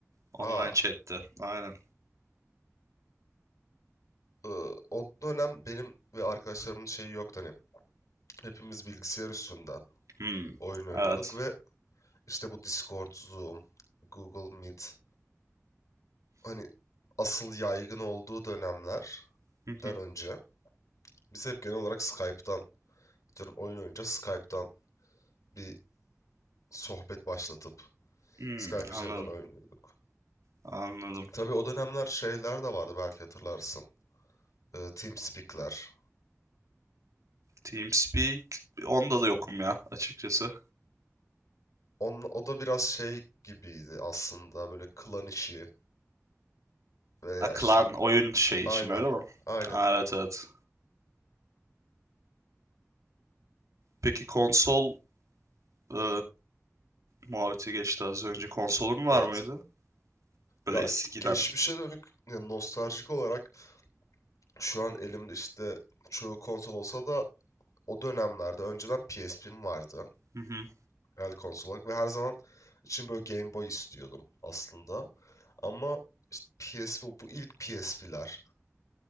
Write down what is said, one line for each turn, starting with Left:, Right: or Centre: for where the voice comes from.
Right: Online
Left: aa,
Right: chat'te. Aynen.
Left: eee, o dönem benim ve arkadaşlarımın şeyi yoktu hani. Hepimiz bilgisayar üstünden
Right: Hmm.
Left: oyun oynuyorduk
Right: Evet.
Left: ve İşte bu Discord, Zoom, Google Meet hani asıl yaygın olduğu dönemlerden
Right: <laughs> Hı
Left: önce biz hep genel olarak Skype'dan diyorum oyun oynayınca Skype'dan bir sohbet başlatıp
Right: Hmm,
Left: Skype üzerinden
Right: anladım.
Left: oynuyorduk.
Right: Anladım.
Left: Tabii o dönemler şeyler de vardı belki hatırlarsın. Ee, TeamSpeak'ler.
Right: TeamSpeak onda da yokum ya açıkçası.
Left: On, o da biraz şey gibiydi aslında böyle klan işi veya
Right: Ha, klan
Left: işte
Right: oyun şey için
Left: aynen
Right: öyle mi?
Left: aynen
Right: Aa evet evet. Peki konsol e, muhabbeti geçti az önce. Konsolun var
Left: evet.
Right: mıydı? Böyle
Left: Ya
Right: eskiden.
Left: geçmişe dönük ya nostaljik olarak Şu an elimde işte çoğu konsol olsa da o dönemlerde önceden PSP'm vardı.
Right: Hı hı.
Left: El konsol olarak ve her zaman için böyle Game Boy istiyordum aslında. Ama işte PSP bu ilk PSP'ler